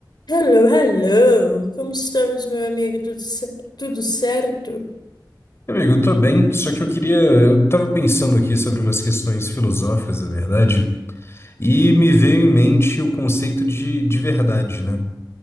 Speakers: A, on the left; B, on the left.
A: Hello, hello! Como estamos, meu amigo? Tudo, ce- tudo certo?
B: Amigo, eu tô bem, só que eu queria. Eu tava pensando aqui sobre umas questões filosóficas, na verdade, e me veio em mente o conceito de, de verdade, né?